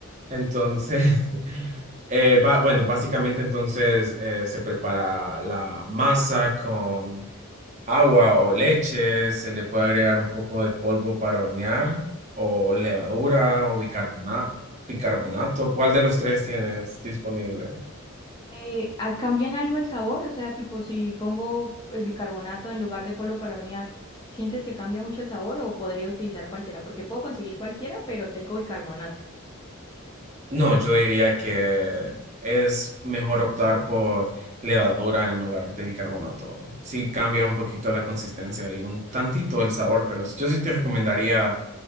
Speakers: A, on the right; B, on the left.
A: Entonces, <laughs> eh, va- bueno, básicamente entonces eh, se prepara la masa con agua o leche, se le puede agregar un poco de polvo para hornear o levadura o bicarbona- bicarbonato. ¿Cuál de los tres tienes disponible?
B: Eh, ¿al- ¿cambia en algo el sabor? O sea, tipo, si pongo eh, bicarbonato en lugar de polvo para hornear, ¿sientes que cambia mucho el sabor o podría utilizar cualquiera? Porque puedo conseguir cualquiera, pero tengo bicarbonato.
A: No, yo diría que es mejor optar por levadura en lugar de bicarbonato. Sí cambia un poquito la consistencia y un tantito el sabor, pero yo sí te recomendaría